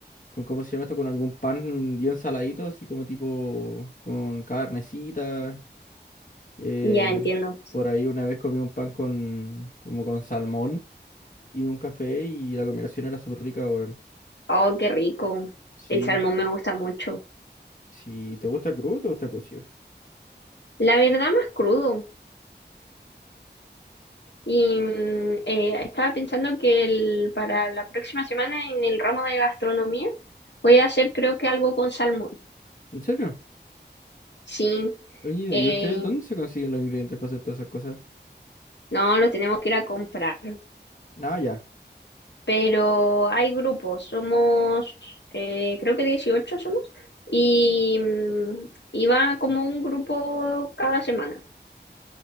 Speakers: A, on the left (about 45°); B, on the left (about 75°).
A: con, ¿cómo se llama esto? Con algún pan bien saladito, así como tipo con carnecita. eh,
B: Ya entiendo.
A: por ahí una vez comí un pan con, como con salmón y un café y la combinación era súper rica, weón.
B: Oh, qué rico.
A: Sí,
B: El salmón me gusta mucho.
A: sí, ¿te gusta crudo o te gusta cocido?
B: La verdad, más crudo. Y mm, eh, estaba pensando que el- para la próxima semana en el ramo de gastronomía voy a hacer creo que algo con salmón.
A: ¿En serio?
B: Sí,
A: Oye,
B: Eh,
A: ¿y ustedes dónde se consiguen los ingredientes para hacer todas esas cosas?
B: no, los tenemos que ir a comprar,
A: No, ya.
B: pero hay grupos, somos, eh, creo que 18 somos, y, mm, y va como un grupo cada semana.